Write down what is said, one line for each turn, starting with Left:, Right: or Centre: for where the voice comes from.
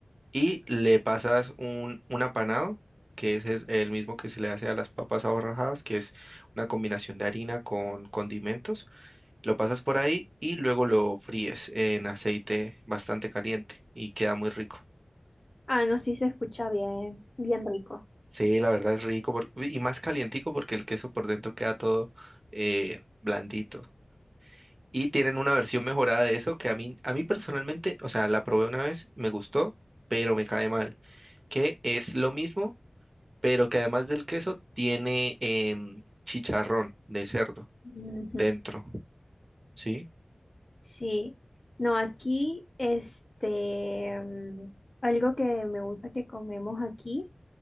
Right: y le pasas un, un apanado, que es el, el mismo que se le hace a las papas aborrajadas, que es una combinación de harina con condimentos. Lo pasas por ahí y luego lo fríes en aceite bastante caliente y queda muy rico.
Left: Ah, no, sí se escucha bien, bien rico.
Right: Sí, la verdad es rico por- y más calientico porque el queso por dentro queda todo eh, blandito. Y tienen una versión mejorada de eso que a mí, a mí personalmente, o sea, la probé una vez, me gustó, pero me cae mal, que es lo mismo pero que además del queso tiene em, chicharrón de cerdo
Left: Ujú.
Right: dentro, ¿sí?
Left: Sí, no, aquí, este, mm, algo que me gusta que comemos aquí